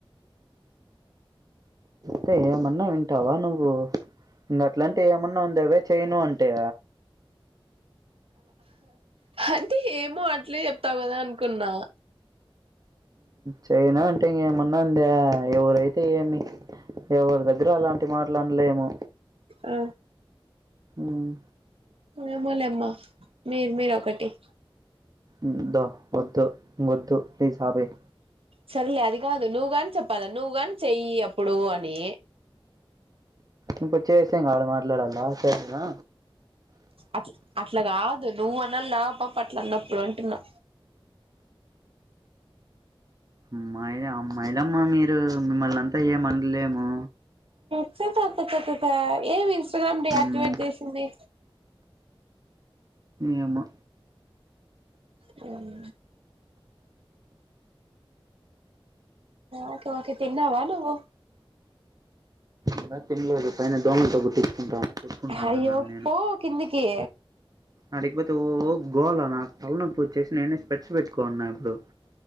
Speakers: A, on the right; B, on the right.
A: తే ఏమన్న వింటావ నువ్వు ఇంకా అట్లంటిే ఏమన్నా ఉండేవ చేయను అంటే
B: అంటే ఏమో అట్లే చెప్తావు కదా అనుకున్నా
A: చేయనా అంటే ఇంక ఏమన్నా ఉందే ఎవరైతే ఏమి ఎవరి దగ్గర అలాంటి మాటలు అనలేము
B: అ
A: ఉమ్,
B: ఏమోలేమ్మ మీర్ మీరొకటి
A: ఉందో వద్దు వొద్దు ప్లీస్ ఆపేయి
B: సర్లే అది కాదు నువ్వు గాని చెప్పాల నువ్వు గాని చెయ్యి అప్పుడు అని
A: ఇప్పుడు చేసి ఇంగ ఆడ మాట్లాడాల సరేనా?
B: అట్ల అట్లగాద్ నువ్వు అనలా ఆ పాప అట్లా అన్నప్పుడు అంటున్నా
A: అమ్మాయిలు అమ్మాయిలమ్మ మీరు మిమ్మల్ అంతా ఏమనలేము.
B: <unintelligible> ఏమి ఇన్స్టాగ్రామ్ డియాక్టివేట్
A: మ్మ్
B: చేసింది.
A: ఏమో?
B: హ్మ్ ఓకే ఒకే తిన్నావా నువ్వు?
A: ఇంకా తిన్లేదు పైన దోమలతో కుట్టించుకుంటన్న కు కుట్టుకుంటానాన్న
B: అయ్యో
A: నేను
B: పో కిందికి
A: ఆడికిపోతే ఓ గోలా నాకు తలనొప్పు వచ్చేసి నేనే స్పెడ్స్ పెట్టుకోనీ వున్న ఇప్పుడు